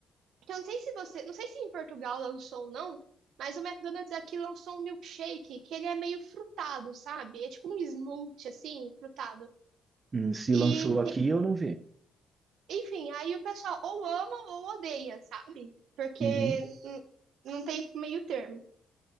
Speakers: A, on the right; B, on the right.
A: que eu não sei se você, não sei se em Portugal lançou ou não, mas o McDonald's aqui lançou um milkshake que ele é meio frutado, sabe? É tipo um smoothie assim, frutado.
B: Hum, Se
A: E
B: lançou aqui, eu não vi.
A: Enfim, aí o pessoal ou ama ou odeia, sabe? Porque
B: Uhum.
A: hum, não tem meio termo.